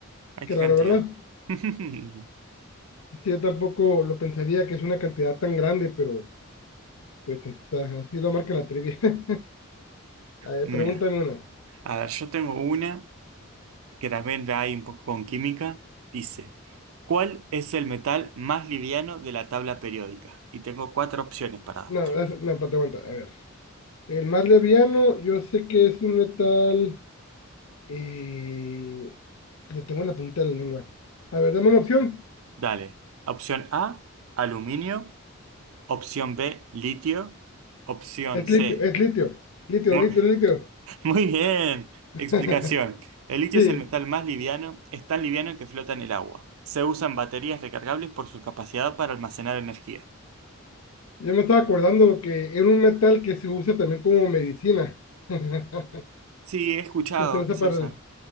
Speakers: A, on the right; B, on the left.
A: hay
B: Qué
A: qué
B: raro,
A: cantidad.
B: ¿verdad?
A: <laughs>
B: Sí, Yo tampoco lo pensaría que es una cantidad tan grande, pero pues así está, así lo marca la trivia. <laughs> A ver,
A: Mira,
B: pregúntame una.
A: a ver, yo tengo una que también la hay un poco con química. Dice, ¿cuál es el metal más liviano de la tabla periódica? Y tengo cuatro opciones para darte.
B: No, es- no, espérate, aguanta. A ver. El más liviano, yo sé que es un metal. y lo tengo en la punta de la lengua. A ver, dame una opción.
A: Dale. Opción A, aluminio. Opción B, litio. Opción
B: Es
A: C.
B: litio, es litio, litio,
A: Mu-
B: litio,
A: <laughs>
B: litio.
A: Muy, bien.
B: <laughs>
A: Explicación. El litio
B: Sí,
A: es el metal más liviano, es tan liviano que flota en el agua. Se usa en baterías recargables por su capacidad para almacenar energía.
B: yo me estaba acordando que era un metal que se usa también como medicina. <laughs>
A: Sí, he escuchado
B: Se usa
A: que se
B: para
A: usa.
B: el,